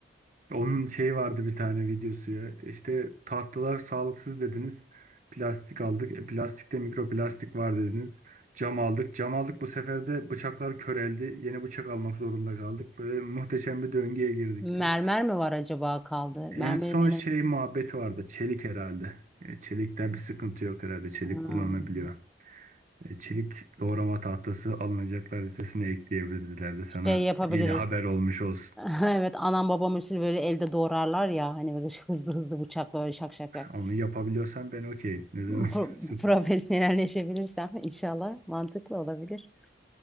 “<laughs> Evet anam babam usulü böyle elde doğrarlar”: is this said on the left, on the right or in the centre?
Centre